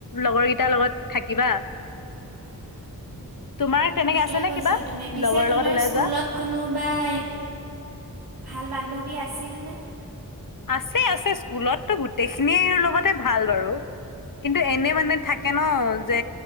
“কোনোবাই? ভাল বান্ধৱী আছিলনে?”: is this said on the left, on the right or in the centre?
Right